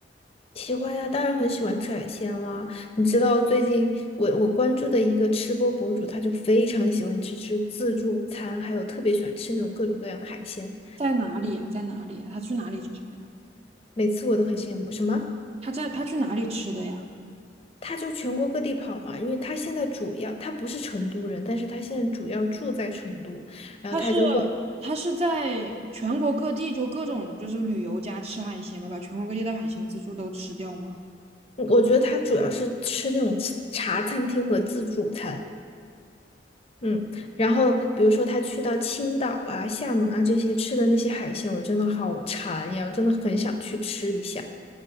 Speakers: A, on the left; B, on the right.
A: 喜欢呀，当然很喜欢吃海鲜啦。你知道最近我我关注的一个吃播博主，他就非常喜欢吃吃自助餐，还有特别喜欢吃那种各种各样的海鲜。
B: 在哪里呀、在哪里呀、他去哪里吃的呀？
A: 每次我都很羡慕。什么？
B: 他在他去哪里吃的呀？
A: 他就全国各地跑嘛，因为他现在主要他不是成都人，但是他现在主要住在成都，然后他就会，
B: 他是他是在全国各地就各种就是旅游家吃海鲜吗？把全国各地的海鲜自助都吃掉吗？
A: 我觉得他主要是吃那种茶餐厅和自助餐，嗯，然后比如说他去到青岛啊、厦门啊这些吃的那些海鲜，我真的好馋呀，我真的很想去吃一下，